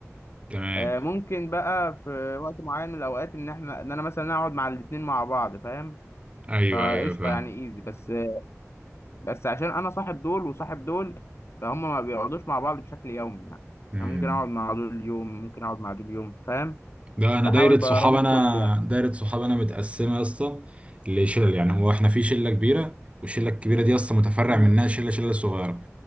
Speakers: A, on the right (about 25°); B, on the left (about 55°).
A: تمام
B: آه، ممكن بقى في وقت معين من الاوقات ان احنا ان انا مثلا اقعد مع الاتنين مع بعض فاهم
A: ايوه
B: فقشطه
A: ايوه فاهم
B: يعني ايزي بس بس عشان انا صاحب دول وصاحب دول فهم ما بيقعدوش مع بعض بشكل يومي يعني
A: امم
B: انا ممكن اقعد مع دول يوم ممكن اقعد مع دول يوم فاهم
A: ده انا
B: بحاول
A: دايره
B: براضي
A: صحاب انا
B: الكل يعني
A: دايره صحاب انا متقسمه يا اسطى لشلل يعني هو احنا في شله كبيره والشله الكبيره دي اصلا متفرع
B: امم
A: منها شله شله صغيره